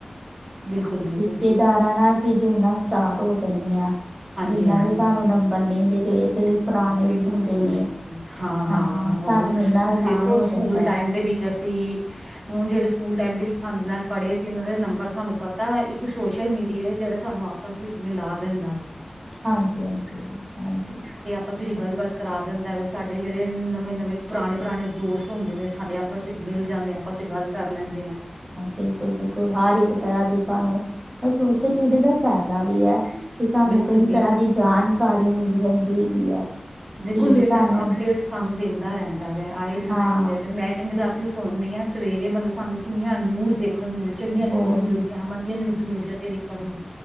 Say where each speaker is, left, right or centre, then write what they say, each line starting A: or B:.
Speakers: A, on the right; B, on the right.
A: ਬਿਲਕੁਲ-ਬਿਲਕੁਲ।
B: ਤੇ ਦਾਰਾਂ ਨਾਲ ਅਸੀਂ ਜੁੜਨਾ ਸਟਾਰਟ ਹੋ ਜਾਂਨੇ ਆ।
A: ਹਾਂਜੀ
B: ਜਿੰਹਨਾਂ
A: ਹਾਂਜੀ
B: ਦੇ ਸਾਨੂੰ ਨੰਬਰ ਨੀ ਦੇ, ਜਿਹੜੇ ਕੋਈ ਪੁਰਾਣੇ
A: ਬਿਲਕੁਲ
B: ਹੁੰਦੇ ਨੇ।
A: ਜੀ
B: ਹਾਂ ਸਾਨੂੰ
A: ਉਹੀ ਨਾ
B: ਮਿਲਣਾ, ਆਸਾਨ
A: ਦੇਖੋ
B: ਹੋ
A: ਸਕੂਲ
B: ਜਾਂਦਾ
A: ਟਾਈਮ ਦੇ ਵਿੱਚ ਅਸੀਂ ਹੁਣ ਜਿਹੜੇ ਸਕੂਲ ਟਾਈਮ ਦੇ ਵਿੱਚ ਸਾਨੂੰ ਨਾਲ ਪੜ੍ਹੇ ਸੀ, ਇਹਨਾਂ ਦੇ ਨੰਬਰ ਸਾਨੂੰ ਪਤਾ, ਇੱਕ ਸੋਸ਼ਲ ਮੀਡੀਆ ਜਿਹੜਾ ਸਾਨੂੰ ਆਪ ਆਪਸ ਵਿੱਚ ਮਿਲਾ ਦਿੰਦਾ।
B: ਹਾਂਜੀ, ਹਾਂਜੀ, ਹਾਂਜੀ।
A: ਪਸੀ ਜੀ ਗੱਲਬਾਤ ਕਰਾ ਦਿੰਦਾ ਵੈ ਸਾਡੇ ਜਿਹੜੇ ਨਵੇਂ-ਨਵੇਂ ਪੁਰਾਣੇ-ਪੁਰਾਣੇ ਦੋਸਤ ਹੁੰਦੇ ਨੇ ਸਾਡੇ ਆਪ ਆਪਸ ਵਿੱਚ ਮਿਲ ਜਾਣੇ ਆ ਆਪਸ ਗੱਲ ਕਰ ਲੈਂਣੇ ਆ।
B: ਬਿਲਕੁਲ-ਬਿਲਕੁਲ, ਹਰ ਇੱਕ ਤਰ੍ਹਾਂ ਦੀ ਸਾਨੂੰ ਸੋਸ਼ਲ ਮੀਡੀਆ ਦਾ ਫਾਇਦਾ ਵੀ ਆ। ਕਿ ਸਾਨੂੰ
A: ਬਿਲਕੁਲ
B: ਕਈ
A: ਜੀ
B: ਤਰ੍ਹਾਂ ਦੀ ਜਾਣਕਾਰੀ ਮਿਲ ਜਾਂਦੀ ਹੈਗੀ ਆ, ਕਿ
A: ਦੇਖੋ ਲੇਟੈਸਟ
B: ਸਾਨੂੰ
A: ਅਪਡੇਟ ਸਾਨੂੰ ਦਿੰਦਾ ਰਹਿੰਦਾ ਵੈ, ਆਏ ਦਿਨ
B: ਹਾਂ
A: ਸਾਨੂੰ ਲੈ ਦਿੰਦਾ ਇੱਕ ਕਹਿੰਦੇ ਰਾਤੀ ਸੁਣ ਲੀਆ ਸਵੇਰੇ ਮਤਲਬ ਸਾਨੂੰ ਕਿੰਨੀਆਂ ਨਿਊਜ਼ ਦੇਖਣ ਨੂੰ ਮਿਲ ਚੰਗੀਆਂ
B: ਬਹੁਤ
A: ਨਿਊਜ਼ ਵੀ ਮਿਲਦੀਆਂ, ਮੰਦੀਆ ਨਿਊਜ਼ ਵੀ ਮਿਲ ਜਾਂਦੀਆ ਦੇਖਣ ਨੂੰ।